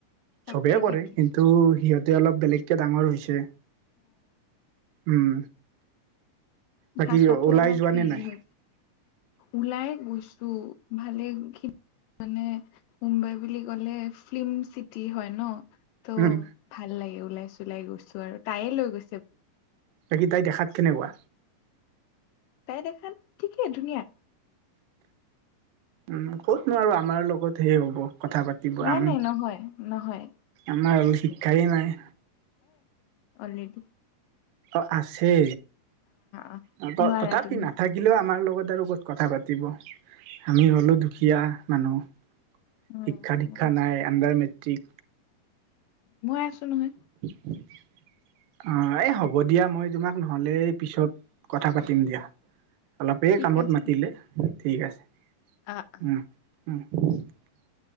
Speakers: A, on the left; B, on the right.
A: তাকেই
B: চবেই কৰে
A: তাকেই
B: কিন্তু সিহঁতে অলপ বেলেগকে ডাঙৰ হৈছে? উম। বাকী
A: ভাষা টো
B: ওলাই
A: অলপ
B: যোৱা
A: হেৰি
B: নে নাই
A: হে, ওলাই। উম ভালে খিনি। মানে মুম্বাই বুলি ক'লে ফিল্ম চিটি হয় ন? ত'
B: উম
A: ভাল লাগে ওলাই চোলাই গৈছো আৰু তাইে লৈ গৈছ।
B: বাকী তাই দেখাত কেনেকুৱা।
A: তাই দেখান ঠিকেই ধুনীয়া।
B: উম ক'ত নোৱাৰো আমাৰ লগত হে হ'ব। কথা পাতিব
A: নাই
B: আমি
A: নাই নহয় নহয়
B: আমাৰ হল শিক্ষাই নাই।
A: অলৰেড।
B: অ আছে
A: আহ
B: অ
A: নোৱাৰা
B: তথাপি
A: তুমি
B: নাথাকিলেও আমাৰ লগত। লগ লগত কথা পাতিব আমি হ'লো দুখীয়া মানুহ।
A: উম
B: শিক্ষা নীক্ষা নাই আণ্ডাৰ মেট্ৰিক।
A: মই আছো নহয়।
B: <unintelligible> অ এই হ'ব দিয়া মই তোমাক নহ'লে পিছত কথা পাতিম দিয়া। অলপেই
A: ঠিক
B: কামত
A: আছে
B: মাতিলে ঠিক আছে।
A: আহ আঁহ।
B: উম উম।